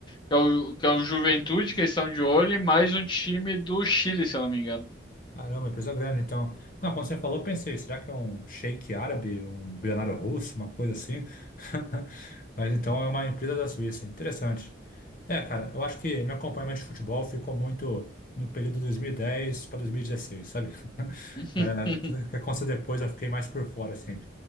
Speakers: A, on the left; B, on the left.
A: que é o, que é o Juventude, que eles estão de olho, e mais um time do Chile, se eu não me engano.
B: Caramba, empresa grande, então. Não, quando você falou, eu pensei, será que é um sheik árabe, um bilionário russo, uma coisa assim? <laughs> Mas então é uma empresa da Suíça, interessante. É, cara, eu acho que meu acompanhamento de futebol ficou muito no período 2010 para 2016, sabe? <laughs>
A: <laughs>
B: É, o que aconteceu depois eu fiquei mais por fora, assim.